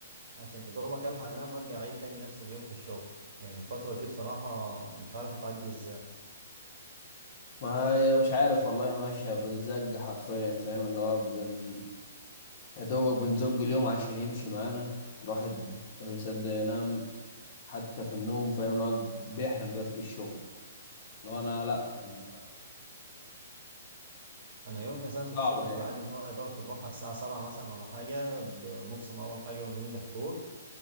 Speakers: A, on the right; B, on the left.
A: عشان يا دوبك الحق انام وارجع اعيد تاني نفس اليوم في الشغل يعني الفترة دي بصراحة مش عارف اتعدي ازاي
B: ما هي مش عارف والله ماشيه بالزق حرفيا فاهم اللي هو بن يا دوبك بنزق اليوم عشان يمشي معانا الواحد ما بيصدق ينام حتى في النوم فاهم اللي هو بيحلم دلوقتي بالشغل لو انا لا أنا
A: انا يوم مثلا
B: صعبه
A: في الشغل
B: يعني
A: في العادي اللي هو يا دوبك بنروح على الساعه 7 مثلا ولا حاجه بنبصم اول حاجه ونمضي حضور